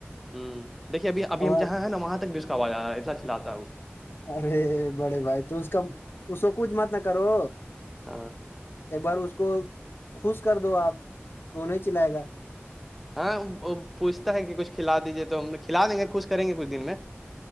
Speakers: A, in the centre; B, on the left.
A: ہ دیکھیے ابھی ابھی
B: اور
A: ہم جہاں ہے نا وہاں تک جا ایسا چھلاتا ہے وہ
B: ارے بڑے بھائی تو اس کا اس کو کچھ مت نہ کرو
A: ہاں
B: ایک بار اس کو خوش کر دو آپ تو نہیں چلائے گا
A: ہاں وہ پوچھتا ہے کہ کچھ کھلا دیجیے تو ہم کھلا دیں گے کچھ کریں گے کچھ دن میں